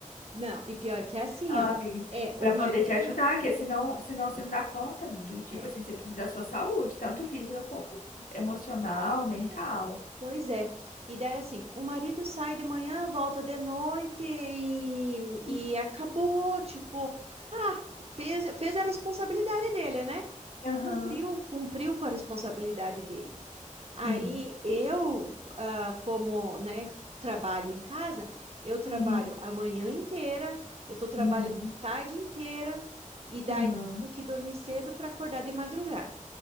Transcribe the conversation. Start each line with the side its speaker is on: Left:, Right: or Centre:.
Right: não, e pior que é assim,
Left: ó, amiga,
Right: ó. É, o
Left: para
Right: marido.
Left: poder te ajudar, porque senão, senão você não dá conta, amiga. E, tipo
Right: é,
Left: assim, você precisa da sua saúde, tanto física como emocional, mental.
Right: é, pois é. E daí, assim, o marido sai de manhã, volta de noite e,
Left: Uhum.
Right: e acabou, tipo, ah, fez, fez a responsabilidade dele, né?
Left: Aham,
Right: Cumpriu, cumpriu com a responsabilidade dele. Aí
Left: sim.
Right: eu, ah, como, né, trabalho em casa, eu trabalho
Left: Uhum.
Right: a manhã inteira, eu estou trabalhando
Left: Uhum.
Right: a tarde inteira e daí
Left: Aham.
Right: tenho que dormir cedo para acordar de madrugada.